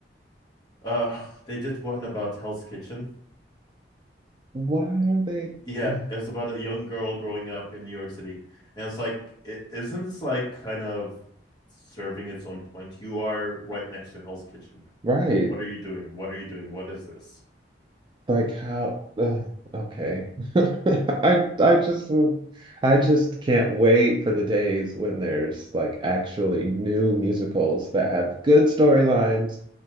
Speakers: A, on the left; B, on the right.
A: Uh, they did one about Hell's Kitchen.
B: Why are they?
A: Yeah,
B: Uh,
A: it was about a young girl growing up in New York City. And it's like, is isn't this like kind of serving its own point? You are right next to Hell's Kitchen.
B: right.
A: What are you doing? What are you doing? What is this?
B: Like how? Uh, okay. <laughs> I I just will- I just can't wait for the days when there's like actually new musicals that have good storylines.